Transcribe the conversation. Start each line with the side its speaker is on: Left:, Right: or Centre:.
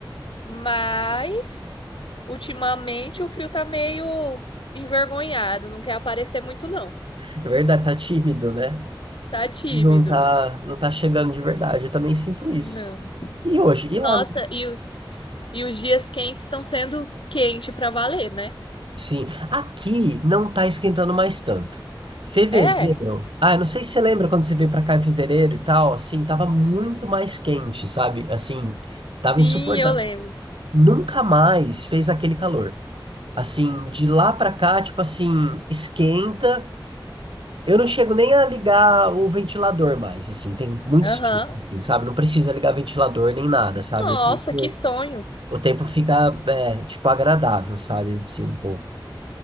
Left: Mas ultimamente o Frio tá meio envergonhado, não quer aparecer muito, não.
Right: é verdade, tá tímido, né?
Left: Tá tímido.
Right: Não tá, não tá chegando de verdade, eu também sinto isso.
Left: Não.
Right: E hoje,
Left: Nossa,
Right: e lá?
Left: e, o- e os dias quentes estão sendo quente pra valer, né?
Right: Sim, aqui não tá esquentando mais tanto. Fevereiro,
Left: É,
Right: ah, eu não sei se você lembra quando você veio pra cá em fevereiro e tal, assim, tava muito mais quente, sabe? Assim, tava
Left: sim,
Right: insuportável.
Left: eu lembro.
Right: Nunca mais fez aquele calor. Assim, de lá pra cá, tipo assim, esquenta. Eu não chego nem a ligar o ventilador mais, assim, tem muitos
Left: Aham.
Right: dias, assim, sabe? Não precisa ligar ventilador nem nada, sabe?
Left: Nossa,
Right: O tempo,
Left: que sonho.
Right: o tempo fica, é, tipo, agradável, sabe? Assim, um pouco.